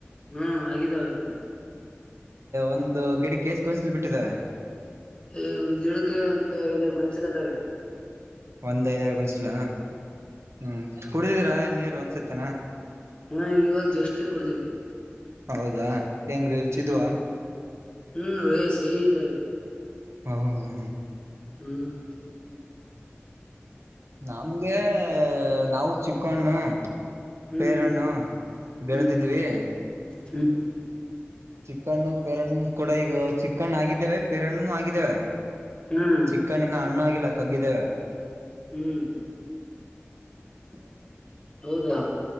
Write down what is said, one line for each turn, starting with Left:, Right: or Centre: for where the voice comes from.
Left: ಹ್ಮ ಆಗಿದ್ದಾವೆ.
Right: ಒಂದು ಗಿಡಕ್ಕೆ ಎಸ್ ಗೋನ್ಸಲ್ ಬಿಟ್ಟಿದ್ದವೇ.
Left: ಏ ಒಂದ್ ಗಿಡಕ್ಕೆ ಒಂದು ಐದಾರು ಗೊಂಚಲು ಇದಾವೆ.
Right: ಒಂದೈದಾರು ಗೊಂಚಲ. ಹ್ಮ್ ಕುಡಿದೀರಾ ಎಳ್ಳು ನೀರ್. ಒಂದ್ <unintelligible>
Left: ಹ್ಮ ಇವಾಗ ಜಸ್ಟ್ ಕುಡದೀವಿ
Right: ಹೌದಾ ಹೆಂಗ ರುಚಿದ್ವಾ
Left: ಹ್ಮ್ ಹ್ಮ್ ರೇಸ್. ಹೇಗಿದಾವೆ.
Right: ಹೌದಾ.
Left: ಹ್ಮ್.
Right: ನಾ. ನಮಗೆ ನಾವು. ಚಿಕ್ಕಣ್ಣು.
Left: ಹ್ಮ್
Right: ಪೇರಣ್ಣು ಬೆಳೆದಿದ್ವಿ.
Left: ಹ್ಮ್ ಹ್ಮ್.
Right: ಚಿಕಣ್ಣು ಪೆರಣ್ಣು ಕೂಡ ಈಗ ಚಿಕ್ಕಣ್ಣ ಆಗಿದ್ದೇವೆ. ಪರಣ್ಣುನೂ ಹಾಗಿದ್ದೇವೆ
Left: ಹ್ಮ್
Right: ಚಿಕ್ಕಣ್ಣು ಇನ್ನಾ ಹಣ್ಣಾಗಿ. ಇಲ್ಲ ಕಗ್ಗಿದಾವೆ.
Left: ಹ್ಮ್.
Right: <inaudible>
Left: ಹೌದಾ.